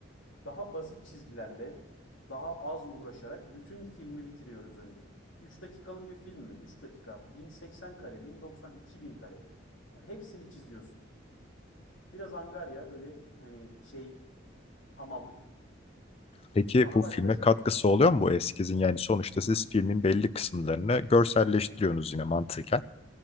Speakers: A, on the left; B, on the left.
A: daha basit çizgilerle, daha az uğraşarak bütün filmi bitiriyoruz önce. 3 dakikalık bir film mi? 3 dakika, 1080 kare, 1090, 2000 kare. Hepsini çiziyorsun. Biraz angarya böyle hani şey hamallık.
B: Peki
A: Sonra
B: bu
A: başka
B: filme
A: aşama.
B: katkısı oluyor mu bu eskizin? Yani sonuçta siz filmin belli kısımlarını görselleştiriyorsunuz yine mantıken.